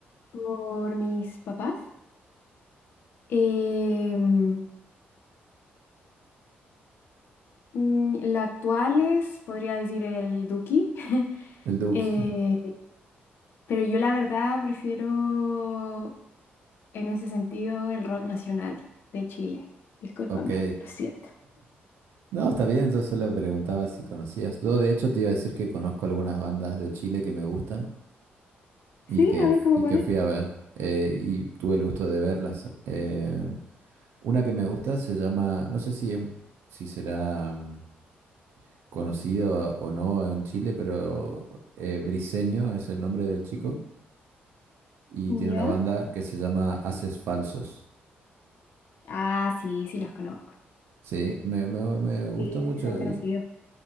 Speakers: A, on the left (about 60°); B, on the right (about 75°).
A: por mis papás. Em, mm, la actual es, podría decir, el Duki, <laughs>
B: el Duki.
A: Eh,
B: <laughs>
A: pero yo la verdad prefiero en ese sentido el rock nacional de Chile. Discúlpame,
B: Ok.
A: lo siento.
B: No, está bien, yo solo preguntaba si conocías. Yo de hecho te iba a decir que conozco algunas bandas de Chile que me gustan y
A: Sí,
B: que,
A: a ver cómo
B: y
A: cuál
B: que
A: es.
B: fui a ver eh, y tuve el gusto de verlas. eh, Una que me gusta se llama, no sé si, es- si será mm, conocido a- o no en Chile, pero eh, Briseño es el nombre del chico y
A: ¿Ya?
B: tiene una banda que se llama Haces Falsos.
A: Ah, sí, sí los conozco.
B: Sí, me, me, me gustó
A: Sí,
B: mucho
A: sí son conocidos.
B: y